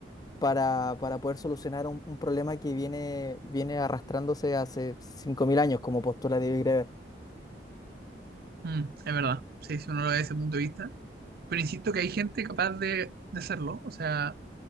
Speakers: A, on the left; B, on the right.
A: para, para poder solucionar un, un problema que viene, viene arrastrándose hace 5.000 años, como postula David Greber.
B: Mm, es verdad. Sí, si uno lo ve desde ese punto de vista. Pero insisto que hay gente capaz de, de hacerlo. O sea,